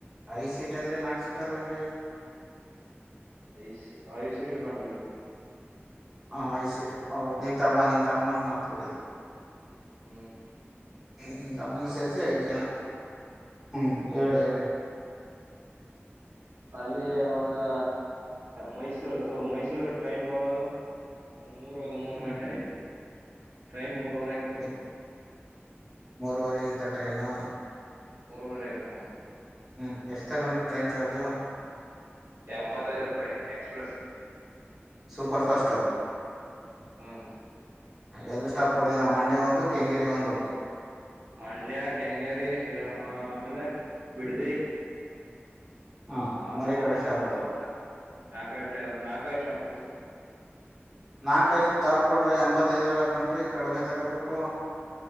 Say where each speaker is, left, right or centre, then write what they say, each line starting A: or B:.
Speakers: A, in the centre; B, on the right.
A: ಐದ್ ಸೀಟ್ ಅಲ್ರಿ ನಾಲ್ಕ್ ಸೀಟ್ ಅಲ್ವೇನ್ರಿ.
B: ಐಸ್ ಐದ್ ಸೀಟು ಕನ್ರೀ.
A: ಹ ಐದ್ ಸೀಟ್ ಹ ನಿನ್ ತಮ್ಮ ನಿನ್ ತಮ್ಮನ್ ಮರತ್ಬಿಟ್ಟಿದಿವಿ.
B: ಹ್ಮ್
A: ಹ್ಮ ನೀನ್ ತಮ್ಮಂದ ಸೇರ್ಸಿ ಐದ್ ಜನ ಹ್ಮ್ ಹೇಳಿ ಹೇಳಿ <inaudible>
B: ಅಲ್ಲಿ ಒಂದು ಮೈಸೂರು ತು ಮೈಸೂರ್ಗ ಟ್ರೈನ್ಗೆ ಹೋಗೋದು. ಒಂದ್ ಮೂರ್ವಾಗ ಮೂರು
A: ಹ್ಮ್
B: ಗಂಟೆ ಆಯ್ತು ಟ್ರೈನ್ ಮೂರ್ವರೆ
A: ಇಲ್ಲ ಮೂರುವರೆಗಿತ್ತ್ ಟ್ರೈನು.
B: ಮೂರುವರೆಗ ಹ.
A: ಹ್ಮ್, ಎಷ್ಟು ತಗೊಂಡ್ರ ಟ್ರೈನ್ ಚಾರ್ಜು.
B: ಎಂಬತ್ತೈದು ರೂಪಾಯಿ ಎಕ್ಸ್ಪ್ರೆಸ್.
A: ಸೂಪರಪಾಸ್ಟು
B: ಹ್ಮ್,
A: ಎಲ್ಲು ಸ್ಟಾಪ್ ಕೊಡ್ಲಿಲ್ಲ ಮಂಡ್ಯ ಒಂದು, ಕೆಂಗೇರಿ ಒಂದು.
B: ಮಂಡ್ಯ, ಕೆಂಗೇರಿ ಶ್ರೀರಾಮ ಆಮೇಲೆ ಬಿಡ್ದಿ.
A: ಹ
B: ಅದು
A: ಮೂರೇ ಕಡೆ
B: ಒಂದು
A: ಸ್ಟಾಪು
B: ಅದು ಒಂದು ನಾಕಾಯಟ ನಾಲ್ಕಾಯಷ್ಟುಾಪ್ ಕೊಡ್ತು. <unintelligible>
A: ನಾಕೈದುಸ್ಟಾಪ್ ಕೊಟ್ರೆ ಎಂಬತ್ತ್ತೈದ್ ತಕಂತಿ ಕಡಿಮೆ ತಕೋಬೇಕು.